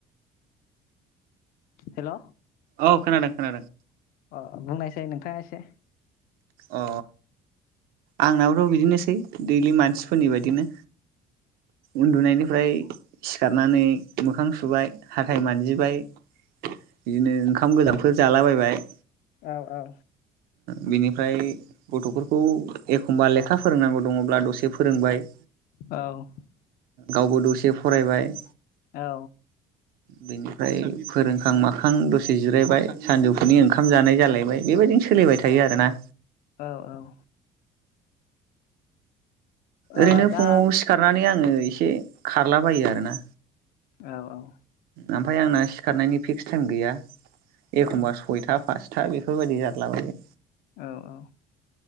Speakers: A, on the left; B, on the right.
A: हेल'
B: औ खोनादों खोनादों।
A: अ बुंनायसै नोंथाङा एसे
B: अ आंनाबोथ' बिदिनोसै दैलि मानसिफोरनि बादिनो उन्दुनायनिफ्राय सिखारनानै मोखां सुबाय हाथाय मानजिबाय बिदिनो ओंखाम गोजांफोर जालाबायबाय।
A: औ औ
B: बिनिफ्राय गथ'फोरखौ एखमबा लेखा फोरोंनांगौ। दङब्ला दसे फोरोंबाय
A: औ
B: गावबो दसे से फरायबाय।
A: औ
B: बेनिफ्राय फोरोंखां माखां दसे जिरायबाय सानजौफुनि ओंखाम जानाय जालायबाय बेबायदिनो सो सोलिबाय थायो आरोना।
A: औ औ
B: ओरैनो
A: ओ दा
B: फुंङाव सिखारनानै आं आङो एसे खारलाबायो आरोना।
A: औ औ
B: ओमफ्राय आंना सिखारनायनि फिक्स टाइम गैया। एखमबा
A: औ
B: सयथा पास बेफोरबायदि जालाबायो।
A: औ औ।